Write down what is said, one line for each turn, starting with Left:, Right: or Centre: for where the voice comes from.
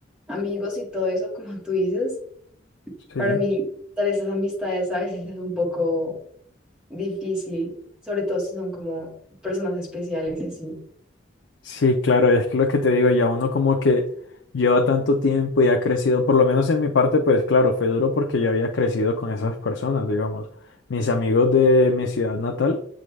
Centre: amigos y todo eso, como tú dices.
Left: sí.
Centre: Para mí, dar esas amistades a veces es un poco difícil, sobre todo si son como personas especiales y así.
Left: Sí, claro, es que lo que te digo, ya uno como que lleva tanto tiempo y ha crecido, por lo menos en mi parte, pues claro, fue duro porque yo había crecido con esas personas, digamos. Mis amigos de mi ciudad natal